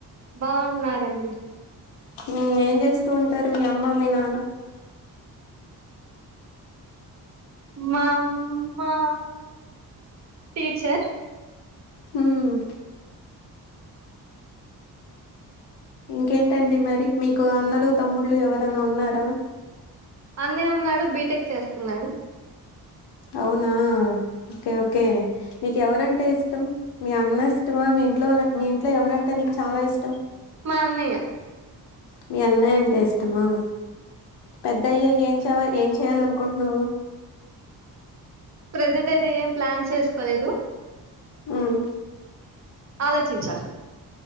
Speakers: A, on the right (about 40°); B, on the left (about 75°).
A: బావున్నారండి
B: హ్మ్ ఏం చేస్తూ ఉంటారు మీ అమ్మ మీ నాన్న
A: మా అమ్మ టీచర్
B: హ్మ్ ఇంకేంటండి మరి మీకు అన్నలు తమ్ముళ్లు ఎవరన్నా ఉన్నారా
A: అన్నయ్య ఉన్నాడు బీటెక్ చేస్తున్నాడు
B: అవునా ఓకే ఓకే నీకు ఎవరంటే ఇష్టం మీ అన్న ఇష్టమా మీ ఇంట్లో వాళ్ మీ ఇంట్లో ఎవరంటే నీకు చాలా ఇష్టం
A: మా అన్నయ్య
B: మీ అన్నయ్య అంటే ఇష్టమా పెద్ద అయ్యాక ఏం వచ్చావ ఏం చేయాల అనుకుంటున్నావు
A: ప్రజెంట్ అయితే ఏం ప్లాన్ చేసుకోలేదు
B: హ్మ్
A: ఆలోచించాలి